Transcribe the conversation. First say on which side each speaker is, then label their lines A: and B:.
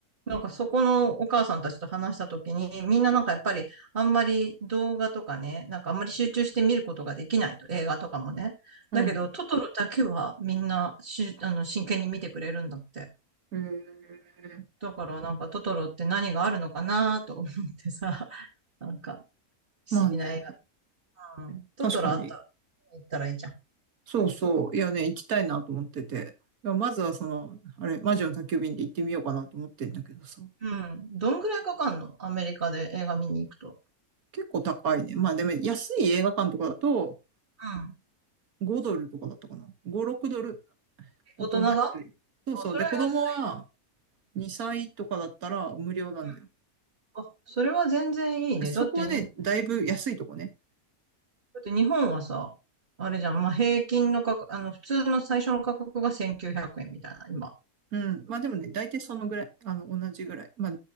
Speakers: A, on the right (about 35°); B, on the right (about 75°).
A: なんかそこのお母さんたちと話したときに、みんななんかやっぱりあんまり動画とかね、なんかあんまり集中して見ることができないと、映画とかもね。
B: うん。
A: だけど、トトロだけはみんなし、あの、真剣に見てくれるんだって。
B: えー、
A: だからなんかトトロって何があるのかなと思ってさ、<laughs> なんか不思議な映画。
B: まあね。
A: うん。トトロあったら、
B: 確かに。
A: 行ったらいいじゃん。
B: そうそう。いやね、行きたいなと思ってて。いやまずはその、あれ、魔女の宅急便で行ってみようかなと思ってんだけどさ。
A: うん。うん。どんぐらいかかんのアメリカで映画見に行くと。
B: 結構高いね。まあでも安い映画館とかだと、
A: うん。
B: 5ドルとかだったかな。5、6ドル。大人一そうそう。
A: 大人があ、それは安いね。
B: で、子供は2歳とかだったら無料なんだよ。
A: うん。あ、それは全然いいね。
B: そこはね、
A: だってに、だ
B: だいぶ安いとこね。
A: って日本はさ、あれじゃん、まあ、平均の価格、あの、普通の最初の価格が1900円みたいな、今。
B: うん。まあでもね、大体そのぐらい。あの、同じぐらい。まあ、